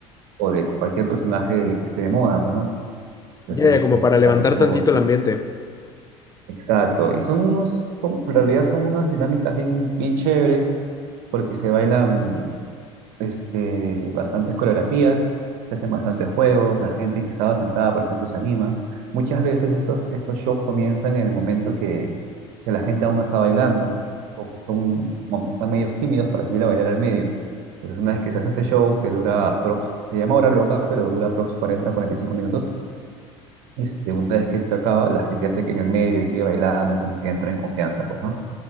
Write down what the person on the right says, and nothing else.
o de cualquier personaje que esté de moda, pues, ¿no? Entonces,
Harry Potter.
Exacto. Y son unos, son- en realidad son unas dinámicas bien, bien chéveres porque se bailan, este, bastantes coreografías, se hacen bastantes juegos, la gente que estaba sentada, por ejemplo, se anima. Muchas veces estos, estos shows comienzan en el momento que, que la gente aún no está bailando o que están, bueno, están medios tímidos para salir a bailar al medio. Entonces, una vez que se hace este show, que dura aprox, se llama Hora Loca, pero dura aprox 40, 45 minutos, este, una vez que esto acaba, la gente hace que en el medio y sigue bailando y como que entra en confianza, pues, ¿no?